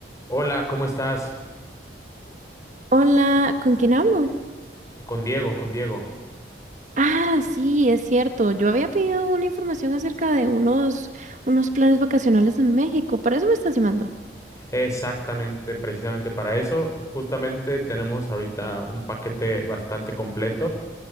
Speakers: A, on the left (about 20°); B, on the right (about 45°).
A: Hola, ¿cómo estás?
B: Hola, ¿con quién hablo?
A: Con Diego, con Diego.
B: Ah, sí, es cierto. Yo había pedido una información acerca de unos, unos planes vacacionales en México. Por eso me estás llamando.
A: Exactamente, precisamente para eso. Justamente tenemos ahorita un paquete bastante completo